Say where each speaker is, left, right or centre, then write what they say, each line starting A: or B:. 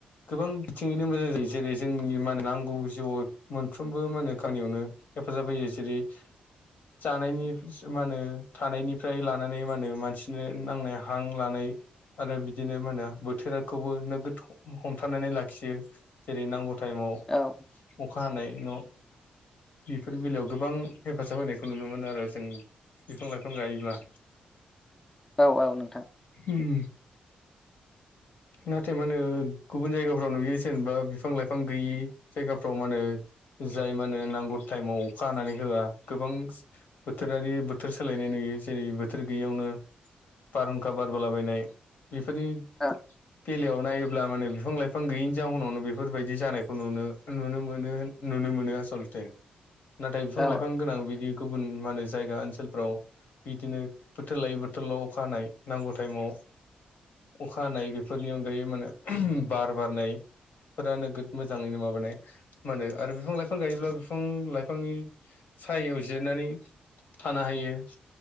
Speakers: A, on the left; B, on the left.
A: गोबां बिथिंङैनो मोजां जायो जेरै जोंनि मा मोनो नांगौ जिउआव मोनफ्रोमबो मा होनो गामानियावनो हेफाजाब होयो जेरै जानायनि मा होनो थानायनिफ्राय लानानै मा होनो मानसिनो नांनाय हां लानाय आरो बिदिनो मा होनो बोथोराखौबो नोगोद हमथानानै लाखियो जेरै नांगौ टाइमाव
B: औ
A: अखा हानाय न' बेफोर बेलायाव गोबां हेफाजाब होनायखौ नुनो मोनो आरो जों बिफां लाइफां गायोब्ला।
B: औ औ नोंथां
A: उम नाथाय मा होनो गुबुन जायगाफ्राव नुयो जेनेबा बिफां लाइफां गैयि जायगाफ्राव मा होनो जाय मा होनो नांगौ टाइमाव अखा हानानै होआ गोबां बोथोरारि बोथोर सोलायनाय नुयो। बेयो जेरै बोथोर गैयैयावनो बारहुंखा बारबोलाबायनाय बेफोरनि
B: औ
A: बेलायाव नायोब्ला मा होनो बिफां लाइफां गैयिनि जाउनावनो बेफोरबायदि जानायखौ नुनो नुनो मोनो नुनो नो मोनो आस'लते नाथाय बिफां
B: औ
A: लाइफां गोनां बिदिखौबो मा होनो जायगा ओनसोलफ्राव बिदिनो बोथोर लायै बोथोरल' अखा हानाय नांगौ टाइमाव अखा हानाय बेफोरनि अनगायै मा होनो बार बारनाय फोरा नोगोद मोजाङैनो माबानाय मा होनो आरो बिफां लाइफां गायोब्ला बिफां लाइफांनि सायायाव जिरायनानै थानो हायो।